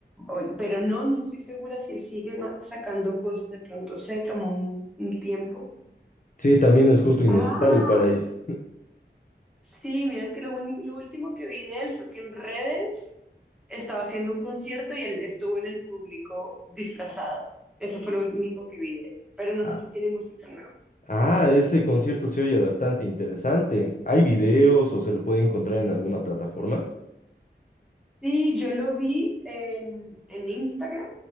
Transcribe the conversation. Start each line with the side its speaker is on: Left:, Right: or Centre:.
Centre: Oy- Pero no, no estoy segura si él sigue ma- sacando cosas. De pronto se tomó un, un tiempo.
Left: Sí, también es
Centre: No
Left: justo
Centre: sé.
Left: y necesario
Centre: Ah,
Left: para ellos.
Centre: sí, mira que lo único, lo último que vi de él fue que en redes estaba haciendo un concierto y él estuvo en el público disfrazado. Eso fue lo único que vi de él. Pero no
Left: Ah,
Centre: sé si tiene música nueva.
Left: ah, ese concierto se oye bastante interesante. ¿Hay videos o se lo puede encontrar en alguna plataforma?
Centre: Sí, yo lo vi en, en Instagram,